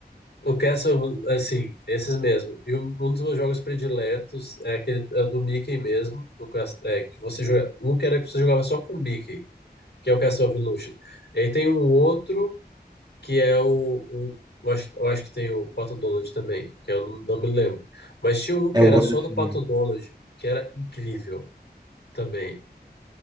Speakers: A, on the left; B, on the right.
A: O Castle, assim, esses mesmo. E um um dos meus jogos prediletos é aquele é do Mickey mesmo, do, cas- é, que você joga, um que era que você jogava só com o Mickey, que é o Castle of Illusion. E aí tem um outro que é o, o- eu acho, eu acho que tem o Pato Donald também, que eu não, não me lembro. Mas tinha um
B: É
A: que
B: World
A: era só
B: of
A: do
B: Illusion.
A: Pato Donald, que era incrível também,